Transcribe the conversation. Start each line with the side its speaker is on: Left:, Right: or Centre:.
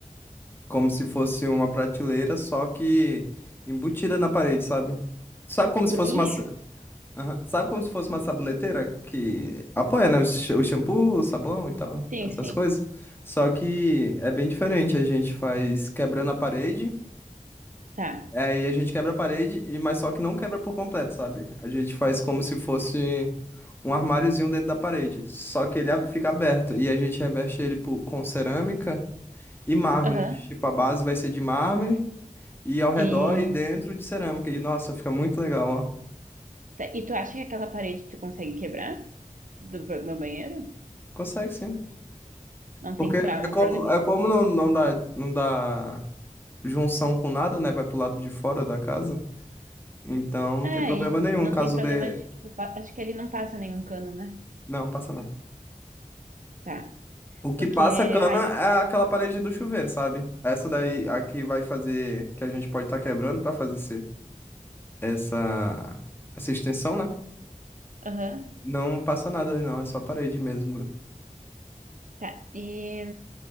Left: como se fosse uma prateleira, só que embutida na parede, sabe? Sabe como
Right: Tipo
Left: se fosse
Right: nicho?
Left: uma. sa- Aham. Sabe como se fosse uma saboneteira que apoia, né? O sh- o shampoo, o sabão e tal,
Right: Sim,
Left: essas
Right: sim.
Left: coisas. Só que é bem diferente. A gente faz quebrando a parede,
Right: Tá.
Left: aí a gente quebra a parede, e- mas só que não quebra por completo, sabe? A gente faz como se fosse um armáriozinho dentro da parede. Só que ele ab- fica aberto. E a gente reveste ele por- com cerâmica e mármore.
Right: Aham.
Left: Tipo, a base vai ser de mármore. E ao redor
Right: E...
Left: e dentro de cerâmica. E nossa, fica muito legal, ó.
Right: tá. E tu acha que aquela parede tu consegue quebrar do ba- meu banheiro?
Left: Consegue sim.
Right: Não
Left: Porque
Right: tem que ser um
Left: é como,
Right: problema
Left: é como não, não dá, não dá junção com nada, né? Vai pro lado de fora da casa. Então não
Right: É,
Left: tem problema nenhum
Right: e não
Left: caso
Right: tem problema
Left: de.
Right: de, tipo, pa- acho que ali não passa nenhum cano, né?
Left: Não, passa não.
Right: Tá.
Left: O que
Right: Porque,
Left: passa cana
Right: ai,
Left: é aquela parede do chuveiro, sabe? Essa daí, a que vai fazer, que a gente pode estar quebrando pra fazer esse, essa, essa extensão, né?
Right: aham,
Left: Não passa nada, não, é só parede mesmo.
Right: tá. E